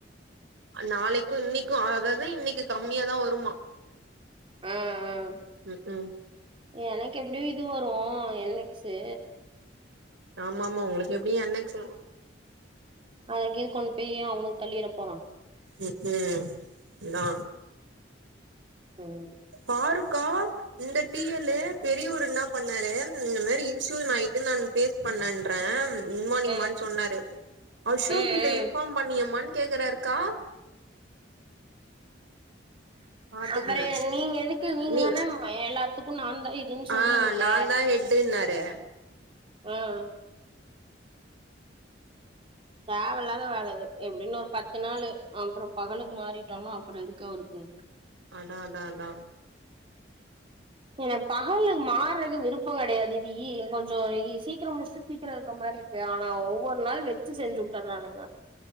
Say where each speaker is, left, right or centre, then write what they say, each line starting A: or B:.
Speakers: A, on the right; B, on the right.
A: நாளைக் கு இன்னிக்கு அதாது இன்னிக்கு கம்மியாதா வருமா
B: ஆ ஆ
A: ம் ம்
B: எனக்கு எப்டியு இது வரு என் கு
A: ஆமா ஆமா உனக்கு எப்டியு என்எஸ் வரு
B: அத கிது கொண்டு பெய் அவனுக்கு தள்ளிட போறா
A: ஆ ம் நா
B: ம்
A: பாருக்கா இந்த டீ எல் லு பெரிய ஒரு என்ன பண்ணாரு இந்த மாரி <unintelligible> ட்டு நான் பேஸ் பண்ணே <unintelligible> மார்னிங்
B: ம்
A: மானு சொன்னாரு அசோக்
B: ம்
A: கிட்ட
B: ம்
A: இன்பார்ம் பண்ணிய மானு கேக்குறாருக்கா <inaudible> பாத்துக்குங்க
B: அப்பற நீங்க எதுக்கு நீங்க
A: நீ
B: தான எல்லாத்துக்கு நான்தா இதுன்னு சொன்னீங்கல்ல
A: ஆ நா தா ஹெட் னரு
B: ம் தேவ இல்லாத வேல இது எப்புடி இன்னோரு பத்து நாளு அப்புறோ பகலுக்கு மாறிட்டோனா அப்புறோ இருக்கு அவுருக்கு
A: அதா அதா அதா
B: எனக் பகலுக் மாற்றக்கு விருப்போ கடையாது நீயி ஓ கொஞ்சோ இ சீக்கரோ முஷ்ட்டு சீக்கரோ இருக்க மாரி இருக்கு ஆனா ஒவ்வொரு நாள் வெச்சு செஞ்சு உட்டுற்றானுங்